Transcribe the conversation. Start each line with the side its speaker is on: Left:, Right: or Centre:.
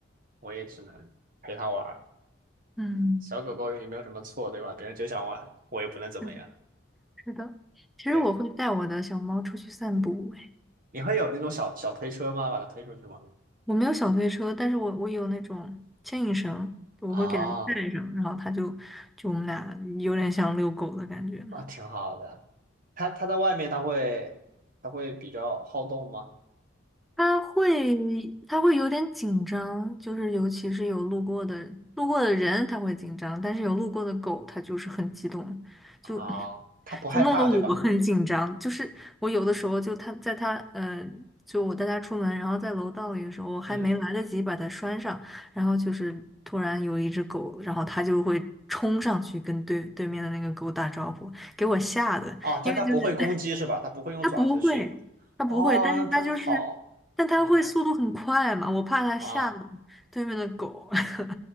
Right: 我也只能陪他玩儿
Centre: 嗯，
Right: 小狗狗也没有什么错，对吧？别人就想玩，我也不能怎么样。
Centre: 是是的，其实我会带我的小猫出去散步，
Right: 对。你会有那种小小推车吗？把它推出去吗？
Centre: 我没有小推车，但是我我有那种牵引绳，我会给它带上，
Right: 啊
Centre: 然后它就就我们俩有点像遛狗的感觉。
Right: 啊，挺好的。它它在外面，它会它会比较好动吗？
Centre: 他会他会有点紧张，就是尤其是有路过的路过的人他会紧张，但是有路过的狗它就是很激动，就
Right: 啊，它不害怕对吧？
Centre: 就弄得我很紧张。就是我有的时候就它在它呃，就我带它出门，然后在楼道里的时候，我还没来得及把它拴上，
Right: 嗯，
Centre: 然后就是突然有一只狗，然后它就会冲上去跟对对面的那个狗打招呼，给我吓的，
Right: 哦，但它不会攻击是吧？
Centre: 因为就是。
Right: 它不会用爪子去。
Centre: 它不会，它不会，
Right: 哦，
Centre: 但是它就是，
Right: 那真好。
Centre: 但它会速度很快嘛，
Right: 天呐，
Centre: 我怕它吓到
Right: 啊，
Centre: 对面的狗。<laughs>